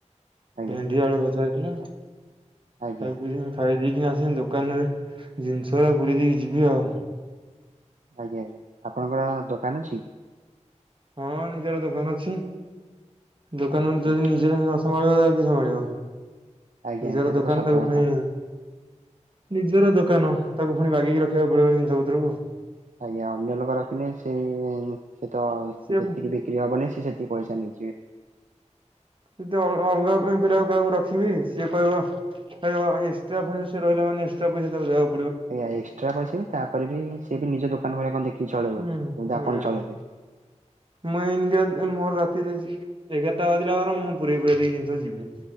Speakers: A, on the right (about 80°); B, on the right (about 45°).
A: ଆଜ୍ଞା
B: ଭେଣ୍ଡି ଆଳୁ ଭଜା ହେଇଥିଲା। ଖାଇ
A: ଆଜ୍ଞା
B: ପିଇକି ମୁଁ ଖାଇ ଦେଇ ଇଁ ଆସିଁ ଦୋକାନରେ ଜିନିଷଉରା ପୁରେଇ ଦେଇକି ଯିବି ଆଉ।
A: ଆଜ୍ଞା ଆଜ୍ଞା। ଆପଣଙ୍କର ଦୋକାନ ଅଛି?
B: ହଁ ନିଜର ଦୋକାନ ଅଛି। ଦୋକାନ ଅନ୍ ତୁ
A: ଆଜ୍ଞା
B: ଯଦି ନିଜେ ଥମଳି ବଦା କିଏ ସମାଳିବ?
A: ଆଜ୍ଞା
B: ନିଜର
A: ଆଜ୍ଞା, ସେଇଟା
B: ଦୋକାନ
A: ତ ସତ
B: ତାକୁ
A: କଥା।
B: ଫୁଣି ନିଜର ଦୋକାନ ତାକୁ ଫୁଣି ବାଗେଇକି ରଖିବାକୁ ପଡ଼ିବ ଜିନିଷ ପତ୍ରକୁ।
A: ଆଜ୍ଞା ଅନ୍ୟ ଲୋକ ରଖିନେ ସେ ସେ ତ
B: ସିଏ
A: ଯେତିକି ବିକ୍ରି ହବନି ସିଏ ସେତିକି ପଇସା ନେଇଯିବେ।
B: ଯଦି ଅଲ୍ ଅଲଗା ପି ପିଲାକୁ କାହାକୁ ରଖିବି ଚିଏ କଇବ କଇବ ଏକ୍ସଟ୍ରା ଫୁଣି ସିଏ ରହିଲା ମାନେ ଏକ୍ସଟ୍ରା ପଇସା ତାକୁ ଦେଆଉ
A: ଆଜ୍ଞା ଏକ୍ସଟ୍ରା ପଇସା ବି ତାପରେ ବି ସିଏ ବି ନିଜ ଦୋକାନ ଭଳିଆ କଁ ଦେଖି କି ଚଳିବ
B: ହୁଁ
A: କି ଏମିତି
B: ହୁଁ
A: ଆପଣ ଚଳେଇବେ?
B: ମୁଁ ଏନ୍ତିଆ ଏ ମୋର ରାତି ଦେ ସି ଏଗାରଟା ବାଜିଲା ପରେ ମୁଁ ପୁରେଇ ପୁରା ଦେଇକି ଜିନିଷ ଯିବି‌।